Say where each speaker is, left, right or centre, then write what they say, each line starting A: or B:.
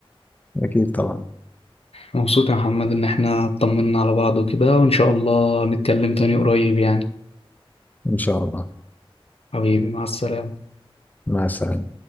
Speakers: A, on the left; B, on the left.
A: اكيد طبعا
B: مبسوط يا محمد إن احنا اطمنا على بعض وكده وإن شاء الله نتكلم تاني قريب يعني
A: ان شاء الله
B: حبيبي مع السلامة
A: مع السلامة